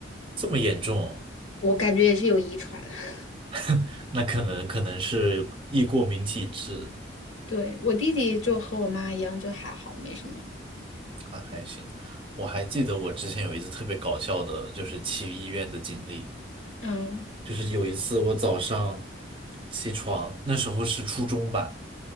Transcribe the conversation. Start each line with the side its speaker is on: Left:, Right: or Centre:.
Right: 这么严重哦
Left: 我感觉也是有遗传。<laughs>
Right: <laughs> 那可能可能是易过敏体质。
Left: 对，我弟弟就和我妈一样，就还好，没什么。
Right: 啊，还行。我还记得我之前有一次特别搞笑的，就是去医院的经历。
Left: 嗯
Right: 就是有一次我早上起床，那时候是初中吧，